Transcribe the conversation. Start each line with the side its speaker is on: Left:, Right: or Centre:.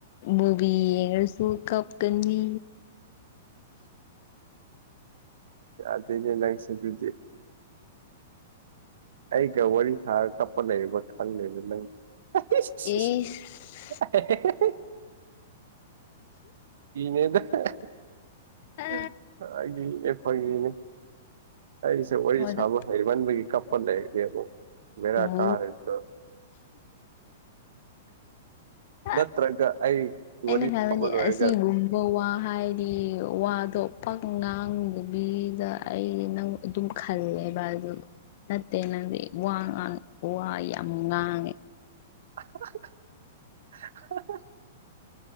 Left: ꯃꯨꯕꯤ ꯌ‌ꯦꯡꯉꯁꯨ ꯀꯞ ꯀꯅꯤ
Right: ꯌꯥꯗ‌ꯦꯅ‌ꯦ ꯅꯪꯁ‌ꯦ ꯑꯗꯨꯗꯤ ꯑꯩꯒ ꯋꯥꯔꯤ ꯁꯥꯔꯒ ꯀꯞꯄ ꯂꯩꯔ ꯈꯪꯗꯔ ꯅꯪ <unintelligible>
Left: ꯑꯦꯁ
Right: ꯅꯦꯗꯅꯦ
Left: ꯑ
Right: <unintelligible> ꯐꯉꯅꯦ ꯑꯩꯁꯦ ꯋꯥꯔꯤ
Left: ꯍꯣꯏꯗ
Right: ꯁꯥꯕ ꯍꯩꯃꯟꯕꯒꯤ ꯀꯞꯄ ꯂꯩꯔꯒꯦꯕ ꯃꯕꯔ
Left: ꯎ
Right: ꯀꯥꯔꯗ
Left: ꯑ
Right: ꯅꯁꯔꯒ ꯑꯩ
Left: ꯑꯩꯅ
Right: ꯋꯥꯔꯤ
Left: ꯈꯪꯕꯗꯤ
Right: ꯁꯥꯕ ꯂꯣꯏꯔꯒ
Left: ꯑꯁꯤꯒꯨꯝꯕꯧ ꯋꯥ ꯍꯥꯏꯗꯤ ꯋꯥꯗꯣ ꯄꯛ ꯉꯥꯡꯗꯨꯕꯤꯗ ꯑꯩ ꯅꯪ ꯑꯗꯨꯝ ꯈꯜꯂꯦꯕ ꯑꯗꯨ ꯅꯠꯇꯦꯡꯅꯗꯤꯦ ꯋꯥ ꯉ ꯋꯥ ꯉꯥꯡꯉꯦ
Right: <unintelligible>